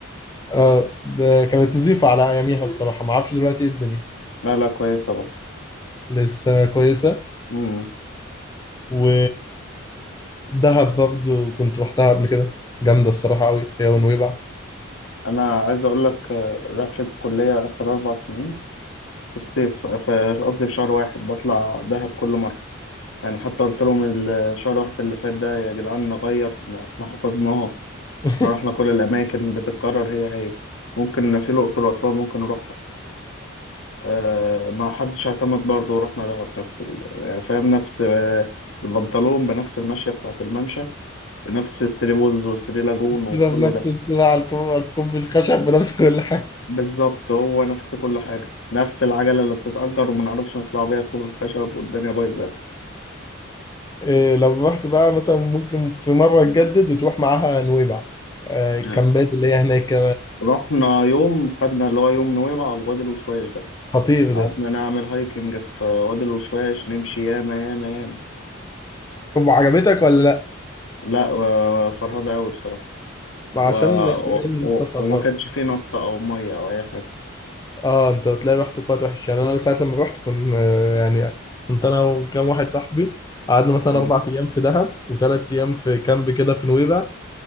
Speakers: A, on the left; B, on the left.
A: اه ده كانت نضيفة على أياميها الصراحة ما أعرفش دلوقتي إيه الدنيا
B: لا لا كويسة برضه
A: لسه كويسة
B: امم
A: و دهب برضه كنت روحتها قبل كده جامدة الصراحة أوي هي ونويبع
B: انا عايز اقول لك آه، رحلة الكلية اخر اربع سنين في الصيف في قصدي في شهر واحد بطلع دهب كل مرة يعني حتى قلت لهم الشهر واحد اللي فات ده يا جدعان نغير احنا حفظناها
A: <laughs>
B: احنا رحنا كل الاماكن بتتكرر هي هي ممكن في الاقصر واسوان ممكن نروح آه، ما حدش اعتمد برضه ورحنا دهب نفس ال... يعني فاهم نفس آه، البنطلون بنفس المشية بتاعة الممشى بنفس الثري بولز والثري لاجون
A: السبب
B: وكل
A: نفس
B: ده
A: السبب على الكوب على الكوب الخشب بنفس كل حاجة
B: بالظبط هو نفس كل حاجة نفس العجلة اللي بتتأجر وما نعرفش نطلع بيها كوبري الخشب والدنيا بايظة يعني.
A: إيه لو رحت بقى مثلا ممكن في مرة تجدد وتروح معاها نويبع آه، الكامبات
B: آه،
A: اللي هي هناك
B: رحنا يوم خدنا اللي هو يوم نويبع ووادي الوشواش ده
A: خطير
B: قعدنا
A: ده
B: نعمل هايكنج في وادي الوشواش نمشي ياما ياما ياما
A: طب عجبتك ولا
B: لا آه، فرهدة أوي بصراحة
A: ما
B: و...
A: عشان
B: و...
A: انت جاي من
B: و...
A: سفر
B: وما
A: بقى
B: كانش فيه نطة أو مية أو أي
A: اه انت بتلاقي رحت في وقت وحش يعني انا ساعة لما رحت كنت آه، يعني كنت انا وكام واحد صاحبي قعدنا مثلا
B: حاجة
A: اربع ايام في دهب وثلاث ايام في كامب كده في نويبع